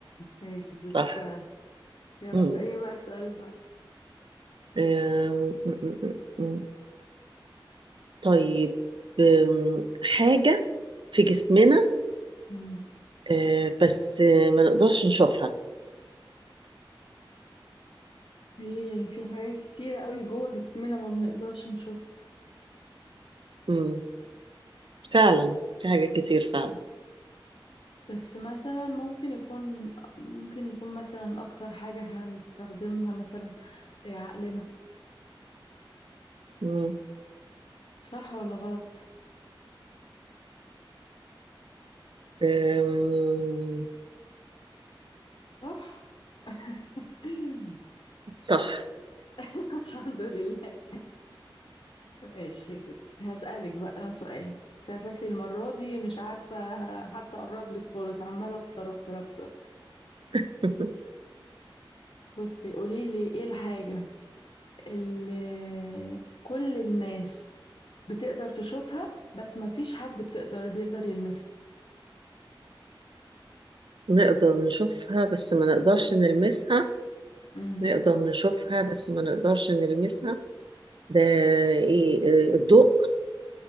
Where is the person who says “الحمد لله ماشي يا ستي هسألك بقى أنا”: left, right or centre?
Left